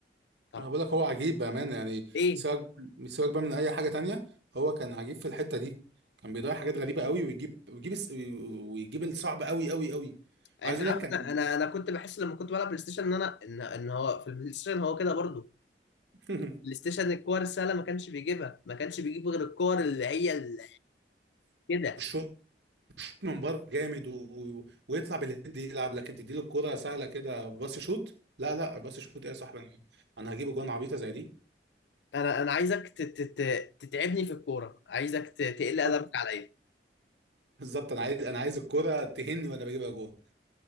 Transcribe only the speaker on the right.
انا بقول لك هو عجيب بامانه يعني
سواء سواء بقى من اي حاجه تانية هو كان عجيب في الحته دي كان بيضيع حاجات غريبه قوي ويجيب ويجيب الس- ويجيب الصعب قوي قوي قوي
وعايز اقول
لك كان
<laughs>
الشوط الشوط من بره جامد و... ويطلع بالهيد يلعب لكن تديله الكوره سهله كده باص شوت لا لا باص شوت ايه يا صاحبي انا أنا هجيب جوان عبيطه زي دي
بالظبط
بالظبط، انا عايز انا عايز الكوره تهني وانا بجيبها جوان